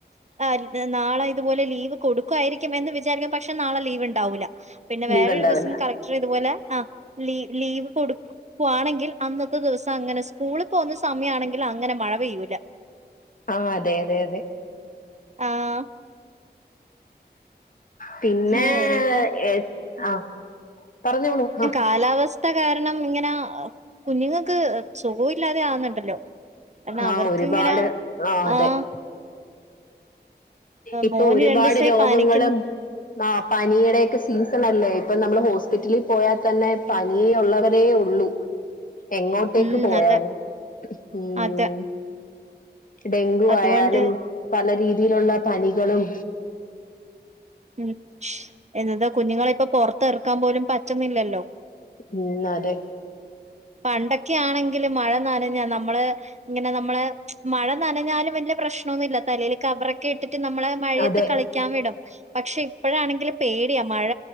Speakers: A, on the right; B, on the left.
A: ആഹ് നാളെ ഇതുപോലെ ലീവ് കൊടുക്കുവായിരിക്കും എന്ന് വിചാരിക്കാം പക്ഷെ നാളെ ലീവ്ണ്ടാവൂല പിന്നെ
B: ലീവ്
A: വേറെ
B: ഉണ്ടാവില്ല
A: ഒരു ദിവസം കളക്ടർ ഇതുപോലെ ആഹ് ലീ ലീവ് കൊടുക്കും പുവാണെങ്കിൽ അന്നത്തെ ദിവസം അങ്ങനെ സ്കൂള് പോവ്ന്ന സമയാണെങ്കിൽ അങ്ങനെ മഴ പെയ്യൂല
B: ആഹ് അതെ അതെ അതെ
A: ആഹ്
B: പിന്നെ
A: ആഹ് ഇനിയിപ്പം
B: ഏഹ് അഹ് പറഞ്ഞോളൂ ആഹ്
A: കാലാവസ് ത്ത കാരണം ഇങ്ങനെ കുഞ്ഞുങ്ങക്ക് സുഖവില്ലാതെ ആവുന്നുണ്ടല്ലോ കാര്ണം
B: ആഹ്
A: അവർക്ക്ങ്ങനാ
B: ഒരുപാട് അതെ
A: ആഹ്
B: ഇപ്പൊ
A: മോന്
B: ഒരുപാട്
A: രണ്ടു ദിവസായി
B: രോഗങ്ങളും
A: പനിക്കുന്നു
B: ആഹ് പനിയുടെക്കെ സീസ പ്പ നല്ലേ ഇപ്പൊ നമ്മള് ഹോസ്പിറ്റലിൽ പോയാതന്നെ പനിയേ ഉള്ളവരേ ഒള്ളൂ എങ്ങോട്ടേക്ക്
A: ഉം
B: പോയാലും
A: അതെ
B: ഉം
A: അതെ
B: ഡെങ്കു
A: അതുകൊണ്ട്
B: ആയാലും പല രീതിയിലുള്ള പനികളും
A: ഉം എന്നതാ കുഞ്ഞുങ്ങളെ ഇപ്പൊ പുറത്തെറക്കാൻ പോലും പറ്റുന്നില്ലല്ലോ
B: ഉം അതെ
A: പണ്ടെക്കെ ആണെങ്കില് മഴ നനഞ്ഞാ നമ്മള് ഇങ്ങനെ നമ്മളെ മഴ നനഞ്ഞാലും വലിയ പ്രശ്നോന്നുല്ല തലേൽ കവറൊക്കെ ഇട്ട് റ്റ് നമ്മള് മഴയത്ത്
B: അതെ
A: കളിക്കാൻ വിടും പക്ഷെ ഇപ്പഴാണെങ്കിൽ പേടിയാ മഴ